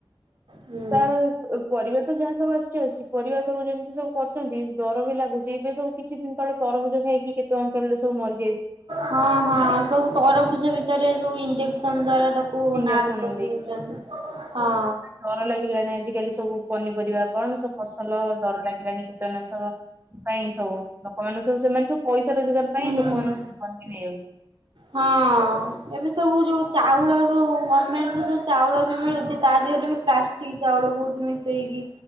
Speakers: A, on the right; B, on the right.
A: ହୁଁ
B: ତାପରେ ଓ ପରିବା ତ ଯାହା ଯାହା ଆସୁଚି ଆସୁଚି ପରିବା ସବୁ ଯେମତି ସବୁ କରୁଛନ୍ତି ଡର ବି ଲାଗୁ ଚି ଏବେ ସବୁ କିଛି ଦିନ ତଳେ ତରଭୁଜ ଖାଇକି କେତେ ଅଞ୍ଚଳରେ ସବୁ ମରି
A: ହଁ ହଁ ସବୁ ତରଭୁଜ ଭିତରେ ସବୁ ଇଞ୍ଜେକ୍ସନ ଦ୍ଵାରା ତା କୁ
B: ଇଞ୍ଜେକ୍ସନ
A: ନାଲ୍ କରିଦଉଚନ୍ତି
B: ଦେଇ।
A: ହଁ।
B: ଡର ଲାଗିଲାଣି ଆଜିକାଲି ସବୁ ପନିପରିବା କଣ ସବୁ ଫସଲ ଡର ଲାଗିଲାଣି ବି। ଟନାଶକ ପାଇଁ ସବୁ ଲୋକମାନେ ସବୁ ସେମାନେ ସବୁ ପଇସା ରୋଜଗାର ପାଇଁ
A: ହୁଁ।
B: ଲୋକମାନଙ୍କ ଜୀ ବନ ବି ନେଇ ଆଉଚୁ।
A: ହଁ ଏବେ ସବୁ ଯୋଉ ଚାଉଳରୁ ଗମେଣ୍ଟରୁ ଯୋଉ ଚାଉଳ ବି ମିଳୁଚି ତା ଦିହରୁ ବି ପ୍ଳାଷ୍ ଟିକ ଚାଉଳ ଭୋଉତ ମିଶେଇକି